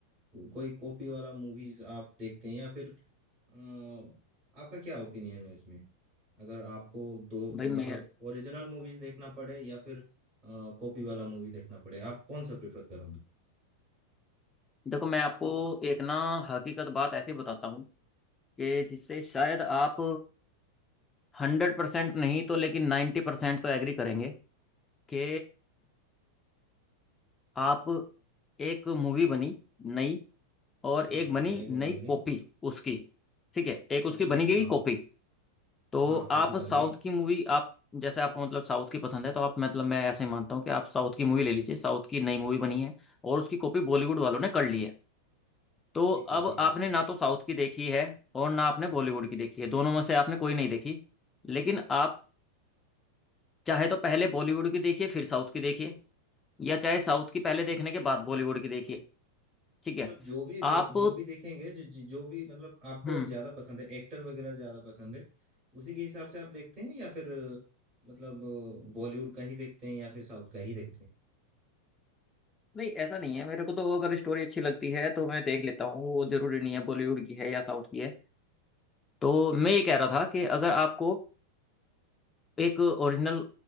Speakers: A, on the right; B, on the left.
A: कोई कॉपी वाला मूवीज आप देखते हैं या फिर अ, आपका क्या ओपिनियन है इसमें अगर आपको दो
B: भाई मेर
A: मतलब ओरिजिनल मूवीज देखना पड़े या फिर कॉपी वाला मूवी देखना पड़े आप कौन सा प्रेफर करोगे
B: देखो मैं आपको एक ना हकीकत बात ऐसी बताता हूँ कि जिससे शायद आप हंड्रेड परसेंट नहीं तो लेकिन नाइन्टी परसेंट तो एग्री करेंगे कि आप एक मूवी बनी नई और
A: हाँ
B: एक
A: हाँ
B: बनी
A: नई मूवी
B: नई
A: नहीं
B: कॉपी उसकी ठीक है एक उसकी
A: अच्छा
B: बनी
A: अच्छा
B: गई
A: हाँ
B: कॉपी तो
A: हाँ
B: आप
A: कॉपी
B: साउथ
A: बन गई
B: की मूवी आप जैसे आपको मतलब साउथ की पसंद है तो आप मतलब मैं ऐसे ही मानता हूँ कि आप साउथ की मूवी ले लीजिए साउथ की नई मूवी बनी है और उसकी कॉपी बॉलीवुड वालों ने कर ली है तो
A: ठीक
B: अब
A: है ठीक
B: आपने
A: है
B: ना तो साउथ की देखी है और ना आपने बॉलीवुड की देखी है दोनों में से आपने कोई नहीं देखी लेकिन आप चाहे तो पहले बॉलीवुड की देखिए फिर साउथ की देखिए या चाहे साउथ की पहले देखने के बाद बॉलीवुड की देखिए ठीक
A: मतलब
B: है
A: जो भी देख
B: आप
A: जो भी देखेंगे जो जो भी मतलब आपको
B: हम्म
A: ज्यादा पसंद है एक्टर वगैरह ज्यादा पसंद है उसी के हिसाब से आप देखते हैं या फिर अ, मतलब बॉलीवुड का ही देखते हैं या फिर साउथ का ही देखते हैं
B: नहीं ऐसा नहीं है मेरे को तो अगर स्टोरी अच्छी लगती है तो मैं देख लेता हूँ वो जरूरी नहीं है बॉलीवुड की है या साउथ की है तो मैं ये कह रहा था कि अगर आपको एक ओरिजिनल